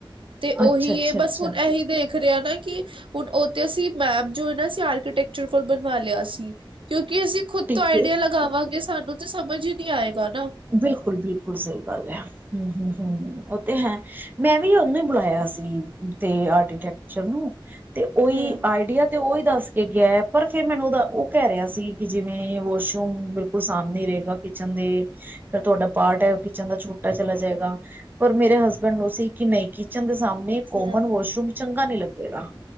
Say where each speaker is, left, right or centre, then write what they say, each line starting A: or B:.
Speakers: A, on the right; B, on the right.
A: ਤੇ ਉਹੀ
B: ਅੱਛਾ ਅੱਛਾ
A: ਇਹ ਬਸ
B: ਅੱਛਾ
A: ਹੁਣ ਇਹੀ ਦੇਖ ਖਰਿਆਣਾ ਕਿ, ਹੁਣ ਉੱਥੇ ਅਸੀਂ ਮੈਮ ਜੋ ਨਾ ਸੀ ਆਰਕੀਟੈਕਚਰ ਕੋਲ ਬਣਵਾ ਲਿਆ ਸੀ। ਕਿਉਂਕਿ ਅਸੀ ਖੁਦ
B: ਠੀਕ
A: ਤੋਂ ਆਈਡੀਆ
B: ਹੈ
A: ਲਗਾਵਾਂਗੇ ਸਾਨੂੰ ਤੇ ਸਮਝ ਹੀ ਨਹੀਂ ਆਏਗਾ ਨਾ।
B: ਬਿਲਕੁਲ- ਬਿਲਕੁਲ ਸਹੀ ਗੱਲ ਹੈ, ਹਮ- ਹਮ- ਹਮ ਉਹ ਤੇ ਹੈ। ਮੈਂ ਵੀ ਉਹਨੂੰ ਬੁਲਾਇਆ ਸੀ, ਤੇ ਆਰਕੀਟੈਕਚਰ ਨੂੰ, ਤੇ ਉਹੀ
A: ਹਮ
B: ਆਈਡੀਆ ਤੇ ਉਹੀ ਦੱਸ ਕੇ ਗਿਆ, ਪਰ ਫਿਰ ਮੈਨੂੰ ਉਹਦਾ ਉਹ ਕਹਿ ਰਿਹਾ ਸੀ, ਕਿ ਜਿਵੇਂ ਵਾਸ਼ਰੂਮ ਬਿਲਕੁਲ ਸਾਹਮਣੇ ਹੀ ਰਹੇਗਾ ਕਿਚਨ ਦੇ, ਫਿਰ ਤੁਹਾਡਾ ਪਾਰਟ ਹੈ, ਉਹ ਕਿਚਨ ਦਾ ਛੋਟਾ ਚਲਾ ਜਾਏਗਾ। ਪਰ ਮੇਰੇ ਹਸਬੈਂਡ ਨੂੰ ਸੀ ਕਿ ਨਹੀਂ, ਕਿਚਨ ਦੇ ਸਾਹਮਣੇ ਕੋਮਨ
A: ਹਮ
B: ਵਾਸ਼ਰੂਮ ਚੰਗਾ ਨਹੀਂ ਲੱਗੇਗਾ।